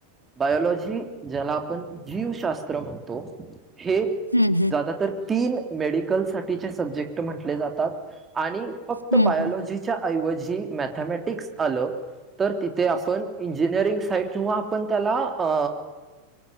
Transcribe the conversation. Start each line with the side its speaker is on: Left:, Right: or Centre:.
Right: बायलॉजी ज्याला आपण जीवशास्त्र म्हणतो. हे
Left: हम्म
Right: ज्यादा तर तीन मेडिकल साठीचे सब्जेक्ट म्हंटले जातात आणि फक्त
Left: हम्म
Right: बायलॉजीच्या
Left: हम्म
Right: ऐवजी मॅथमॅटिक्स आलं, तर तिथे आपण इंजिनिअरिंग साईड किंवा आपण त्याला अ